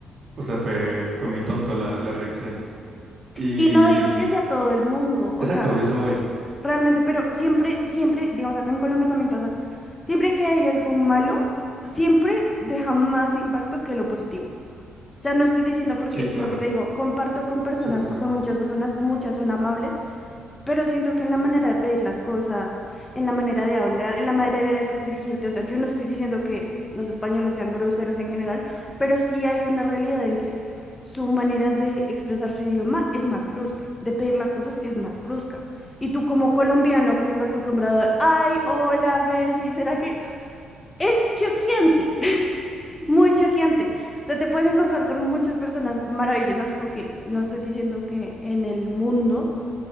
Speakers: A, on the right (about 45°); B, on the left (about 15°).
A: o sea, fue, fue muy tonto la, la reacción. Y,
B: Y no digo
A: l-
B: que sea todo el mundo, o
A: exacto,
B: sea,
A: yo soy.
B: Realmente, pero siempre, siempre, digamos, acá en Colombia también pasa, siempre que hay algo malo, siempre deja más impacto que lo positivo. O sea, no estoy diciendo porque
A: Sí, claro.
B: lo que te digo, comparto con personas
A: Sí, sí, sí.
B: o con muchas personas, muchas son amables, pero siento que en la manera de pedir las cosas, en la manera de hablar, en la manera de dirigirte, o sea, yo no estoy diciendo que los españoles sean groseros en general, pero sí hay una realidad en que su manera de expresar su idioma es más brusca, de pedir las cosas es más brusca. Y tú como colombiano que estás acostumbrado a, ay, hola, Bessie, ¿será que es choqueante? <laughs> Muy choqueante. O sea, te puedes encontrar con muchas personas maravillosas porque no estoy diciendo que en el mundo